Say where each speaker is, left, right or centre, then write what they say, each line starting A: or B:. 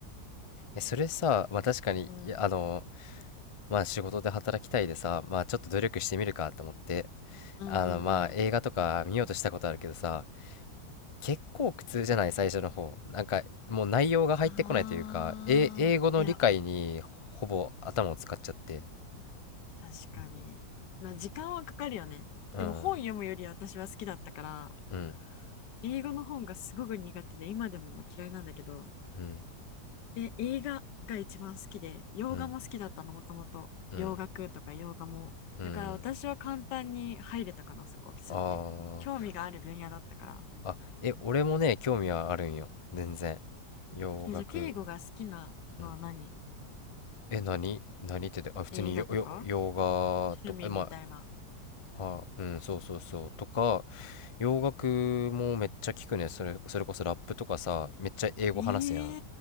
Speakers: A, on the left (about 50°); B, on the left (about 80°).
A: えそれさまあ確かにいやあの
B: うん。
A: まあ仕事で働きたいでさまあちょっと努力してみるかと思って
B: うんうんうん。
A: あのまあ映画とか見ようとしたことあるけどさ結構苦痛じゃない最初の方なんかもう内容が入ってこないというかえ英語の理解にほぼ頭を使っちゃって
B: ああ、いや、確かに。まあ、時間はかかるよね。
A: うん
B: でも本読むよりは私は好きだったから、
A: うん
B: 英語の本がすごく苦手で、今でもまあ嫌いなんだけど、
A: うん
B: で、映画が一番好きで、洋画も好きだったの、
A: うん
B: もともと。
A: うん
B: 洋楽とか洋画も。
A: うん
B: だから私は簡単に入れたかな、そこ、すって。
A: あー
B: 興味がある分野だったから。
A: あえ俺もね興味はあるんよ全然洋楽、
B: え、じゃあ、敬語が好きなのは何
A: うん、え何何ってであ普通によよ洋画とかえま
B: 映画とか趣味みたいな。
A: あはうんそうそうそうとか洋楽もめっちゃ聞くねそれ、それこそラップとかさめっちゃ英語話すやん
B: え